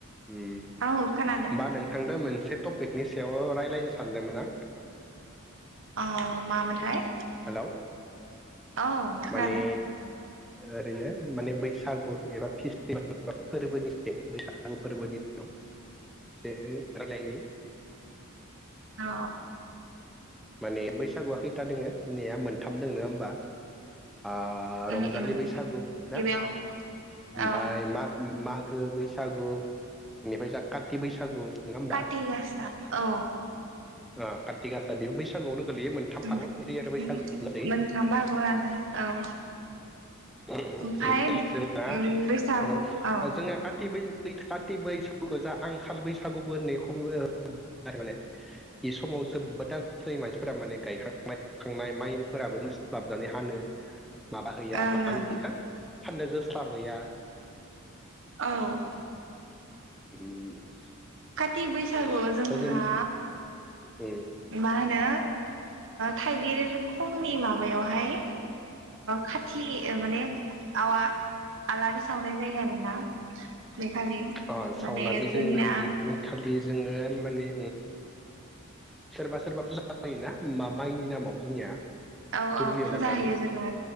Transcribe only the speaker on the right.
औ खोनादों
अ मामोनलाय
औ खोनादों
<unintelligible>
अ
उम
उम
गिबियाव
औ
काथिगासा औ
उम
उम
मोनथाम बाहागोआव रानो औ
ओमफाय उम
बैसाग
औ
ओं
ओं
औ
काथि बैसागु जोंहा
मा होनो थाइगिर खंनि माबा माबायावहाय खाथि माने आवा आलारि सावनाय जायो आरोना बे खालि
माने
जोंना
औ
औ फुजा
होयो जोंना